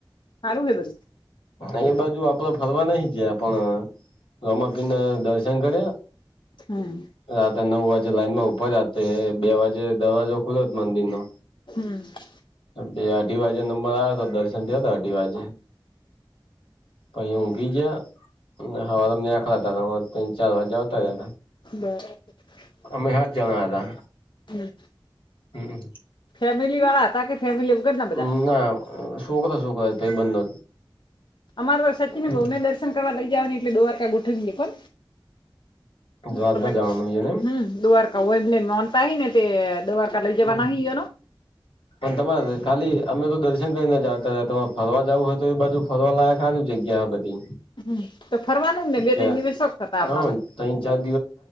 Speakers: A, on the left; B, on the left.
A: હારું હે બધું
B: એ બાજુ આપડે ફરવા નહી ગયા પણ રમાપીરને દર્શન કર્યા
A: હમ્મ
B: રાતે નવ વાજે લાઈનમાં ઊભા રાતે બે વાગે દરવાજો ખુલોત મંદિરનો
A: હમ્મ
B: બે-અઢી વાજે નંબર આયોતો દર્શન થયાતા અઢી વાજે પહિ ઊંઘી જ્યાં ને હવારમાં નેકળ્યાતા તો તઈણ-ચાર વાગ્યે આવતા રયા તા
A: બરાબર
B: અમે સાત જણા હતા.
A: હમ્મ.
B: હમ્મ.
A: ફેમિવાળા હતા કે ફેમિલી વગર ના બધા
B: હ ના છોકરા છોકરા ભઈબંધો
A: અમારે સચિન
B: હમ્મ.
A: બહુને દર્શન કરવા લઈ ગયાને એટલે દ્વારકા ઠંડી કોન
B: દ્વારકા
A: તમે
B: જવાનું છે ને
A: હમ્મ દર એટલે <unintelligible> મનતા ને તે દવાકા
B: એમ
A: લઈ જવાના જે એના
B: પણ તમારે ખાલી અમે તો દર્શન કરીને જતા તમારે ફરવા જવું હોય તો એ બાજુ ફરવાલાયક હારી જગ્યા બધી
A: હમ્મ તો ફરવાનું ને
B: તો
A: બે
B: કે
A: બે દિવસ શોખ હતા આપણને
B: હા ત્રણ ચાર